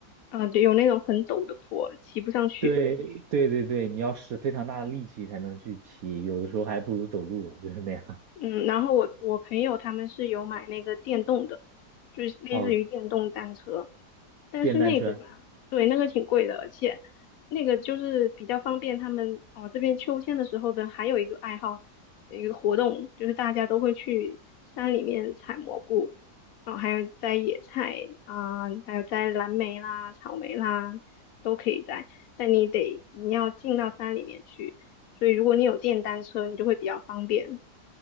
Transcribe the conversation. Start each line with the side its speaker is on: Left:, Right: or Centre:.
Left: 嗯，对，有那种很陡的坡，骑不上去。
Right: 对对对对，你要使非常大的力气才能去骑，有的时候还不如走路，就是那样。
Left: 嗯，然后我我朋友他们是有买那个电动的，就是类似于电动单车，
Right: 哦，
Left: 但是那个吧，
Right: 电单车，
Left: 对，那个挺贵的，而且那个就是比较方便他们哦，这边秋天的时候的还有一个爱好，一个活动就是大家都会去山里面采蘑菇，然后还有摘野菜啊，还有摘蓝莓啦、草莓啦，都可以摘，但你得你要进到山里面去。所以如果你有电单车，你就会比较方便。